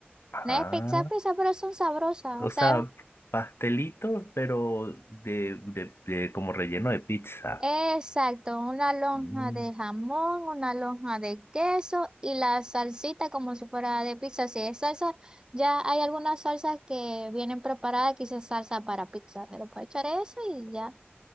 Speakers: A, on the left; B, on the right.
A: Ah,
B: No es pizza, pizza, pero son sabrosas.
A: o
B: O sea,
A: sea, pastelitos, pero de, de, de como relleno de pizza.
B: exacto, una lonja
A: Mm.
B: de jamón, una lonja de queso y la salsita como si fuera de pizza. Si es salsa, ya hay algunas salsas que vienen preparadas, quizás salsa para pizza. Pero puedes echar eso y ya,